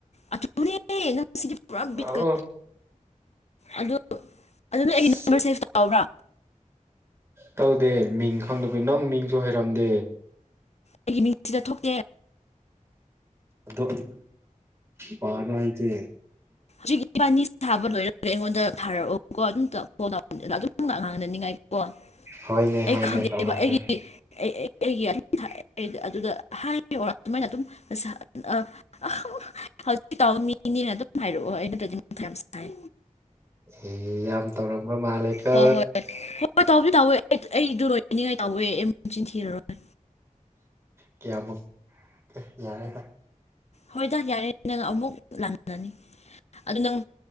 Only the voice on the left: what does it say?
ꯑꯗꯨꯅꯦ ꯅꯪꯁꯤꯗꯤꯞ ꯄꯨꯔꯥ ꯕꯤꯠꯀ
ꯑꯗꯨ ꯑꯗꯨꯅꯦ ꯑꯩꯒꯤ
ꯅꯝꯕ꯭ꯔ ꯁꯦꯞ ꯇꯧꯔꯕ꯭ꯔꯥ
ꯑꯩꯒꯤ ꯃꯤꯡ ꯁꯤꯗ ꯊꯣꯛꯇꯦ
ꯍꯧꯖꯤꯛ ꯏꯕꯥꯅꯤ ꯁꯥꯕ ꯂꯣꯏꯔꯒ ꯑꯩꯉꯣꯟꯗ ꯊꯥꯔꯛꯑꯣꯀꯣ ꯑꯗꯨꯝ ꯇꯧ ꯐꯣꯟ ꯑꯗꯨꯝ ꯉꯥꯡꯅꯅꯤꯡꯉꯥꯏꯀꯣ
ꯑꯩ
ꯈꯪꯗꯦꯕ
ꯑꯩꯒꯤꯗꯤ ꯑꯩ ꯑꯩ ꯑꯩꯒꯤ ꯑꯗꯨꯝ ꯊꯥꯏ ꯑꯩꯗꯤ ꯑꯗꯨꯗ ꯍꯥꯏ ꯑꯣꯔ ꯑꯗꯨꯃꯥꯏꯅ ꯑꯗꯨꯝ ꯁꯥ ꯑ ꯑ ꯍꯧꯖꯤꯛ ꯇꯥꯎꯕ ꯃꯤꯅꯦꯅ ꯑꯗꯨꯝ ꯍꯥꯏꯔꯛꯑꯣ ꯑꯩꯩ ꯅꯠꯇ꯭ꯔꯗꯤ ꯃꯊꯥ ꯌꯥꯝ ꯁꯥꯏ
ꯍꯣꯏ ꯍꯣꯏ ꯍꯣꯏ ꯇꯧꯕꯨꯗꯤ ꯇꯧꯋꯦ ꯑꯩꯗꯨ ꯂꯣꯏꯅꯅꯤꯡꯉꯥꯏ ꯇꯧꯋꯦ ꯑꯩ ꯃꯆꯤꯟ ꯊꯤꯔꯔꯣꯏ
ꯍꯣꯏꯗ ꯌꯥꯔꯦ ꯅꯪ ꯑꯃꯨꯛ ꯂꯥꯟꯅꯅꯤ ꯑꯗꯨ ꯅꯪ